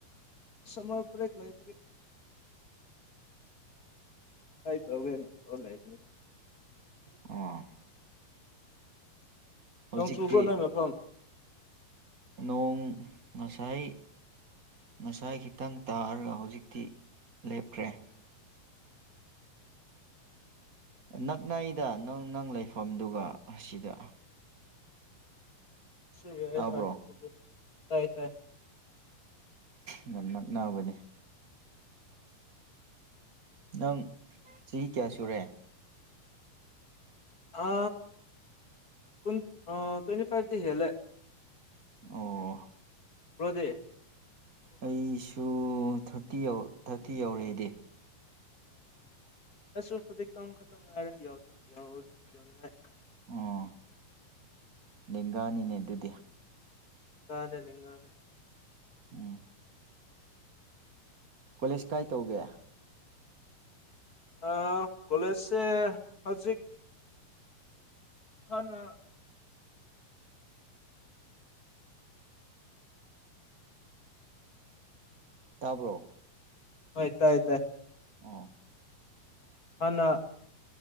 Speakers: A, on the left; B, on the right.
A: ꯁꯔ ꯭ꯔꯦ ꯂꯩꯕ ꯍꯥꯏꯥꯏ ꯑꯒꯦꯅ ꯑꯣꯂꯥꯏꯅꯤꯂ
B: ꯑ ꯍꯧꯖꯤꯛꯇꯤ
A: ꯅꯣꯡ ꯆꯨꯕ꯭ꯔꯣ ꯅꯣꯏ ꯃꯐꯝ
B: ꯅꯣꯡ ꯉꯁꯥꯏ ꯉꯁꯥꯏ ꯈꯤꯇꯪ ꯇꯥꯔꯒ ꯍꯧꯖꯤꯛꯇꯤ ꯂꯦꯞꯈ꯭ꯔꯦ ꯅꯛꯅ ꯑꯩꯗ ꯅꯪ ꯅꯪ ꯂꯩꯐꯝꯗꯨꯒ ꯑꯁꯤꯗ
A: ꯁꯏ ꯌꯥ
B: ꯇꯥꯕ꯭ꯔꯣ
A: ꯍꯣꯏ ꯇꯥꯏ ꯇꯥꯏ
B: ꯉꯅꯎꯕꯅꯦ ꯅꯪ ꯆꯍꯤ ꯀꯌꯥ ꯁꯨꯔꯦ
A: ꯑ ꯀꯟ ꯇ꯭ꯋꯦꯟꯇꯤ ꯐꯥꯏꯚꯗꯤꯦꯂꯦ
B: ꯑꯣ
A: ꯀ꯭ꯔꯣꯗꯦ
B: ꯑꯩꯁꯨ ꯊꯥꯔꯇꯤ ꯊꯥꯔꯇꯤ ꯌꯧꯔꯛꯑꯦꯗꯤ
A: ꯑꯁꯨ ꯈꯖꯤꯛꯇꯪ ꯈꯛꯇꯪ ꯉꯥꯏꯔꯅꯤꯡꯉꯥꯏ
B: ꯑꯣ ꯂꯦꯡꯒꯥꯅꯤꯅꯦ ꯑꯗꯨꯗꯤ
A: ꯀꯅꯦꯦ ꯂꯩꯒꯅꯦꯦ
B: ꯎꯝ ꯀꯣꯂꯦꯖ ꯀꯥꯏ ꯇꯧꯒꯦ
A: ꯑ ꯀꯂꯦꯖꯦ ꯍꯧꯖꯤꯛ ꯍꯅ
B: ꯇꯥꯕ꯭ꯔꯣ
A: ꯇꯥꯏ ꯇꯥꯏ
B: ꯑ
A: ꯍꯥꯟꯅ